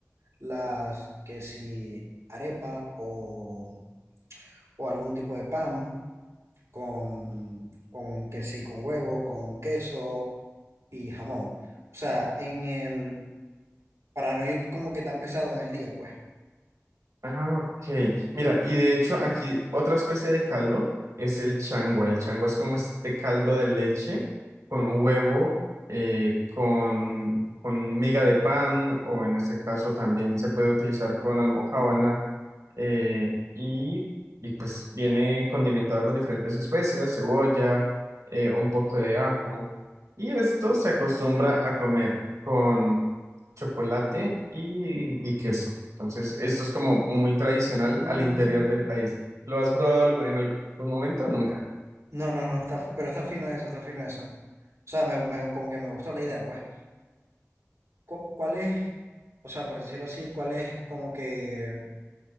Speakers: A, on the right (about 70°); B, on the right (about 85°).
A: Las que si arepa o, o algún tipo de pan con, con que sí, con huevo, con queso y jamón. O sea, en el, para no ir como que tan pesado en el día, pues.
B: Ah, ok. Mira, y de hecho aquí otra especie de caldo es el changua. El changua es como este caldo de leche con huevo, eh, con, con miga de pan, o en este caso también se puede utilizar con almojábana eh, y, y pues viene condimentado con diferentes especias, cebolla, eh, un poco de ajo. Y esto se acostumbra a comer con chocolate y, y queso. Entonces, esto es como muy tradicional
A: Mm,
B: al interior del país. ¿Lo has probado algo- en algún momento o nunca?
A: No, no, no, está, pero está fino eso, está fino eso. O sea, me, me- como que me gustó la idea, pues. Cu- ¿Cuál es, o sea, por decirlo así, cuál es como que